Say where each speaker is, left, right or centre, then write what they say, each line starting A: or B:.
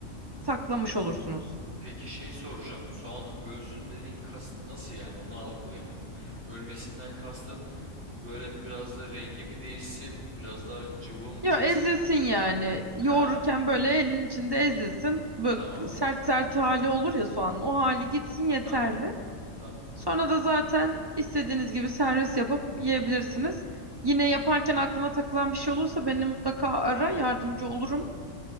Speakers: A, on the right; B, on the right.
A: saklamış olursunuz.
B: peki şey soracağım. Soğan ölsün dediğin kasıt nasıl yani onu algılayamadım. Ölmesinden kastın böyle biraz da rengi mi değişsin? Biraz daha cıvı mı
A: Ya
B: çıksın?
A: ezilsin yani. Yoğururken
B: Ha
A: böyle elin içinde ezilsin. Böyle
B: tamam
A: sert sert hali olur ya soğanın. O hali gitsin yeterli.
B: tamam tamam
A: Sonra da zaten istediğiniz gibi servis yapıp yiyebilirsiniz. Yine yaparken aklına takılan bir şey olursa beni mutlaka ara yardımcı olurum.